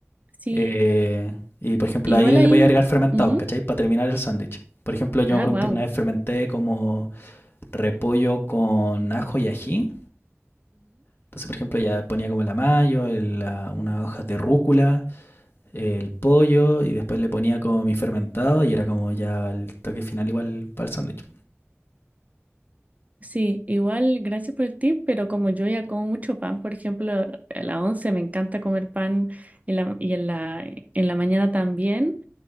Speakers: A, on the right; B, on the left.
A: sí.
B: eh, y por ejemplo,
A: Igual
B: ahí
A: ahí.
B: le podéis agregar fermentados,
A: ujú.
B: ¿cachai? Para terminar el sándwich. Por ejemplo, yo
A: Ah,
B: me acuerdo
A: wow.
B: un ti- una vez fermenté como repollo con ajo y ají Entonces, por ejemplo, ya ponía como la mayo, el- la- unas hojas de rúcula, el pollo y después le ponía como mi fermentado y era como ya el toque final igual para el sándwich.
A: Sí, igual gracias por el tip, pero como yo ya como mucho pan, por ejemplo, a la once me encanta comer pan y, la, y en la, en la mañana también,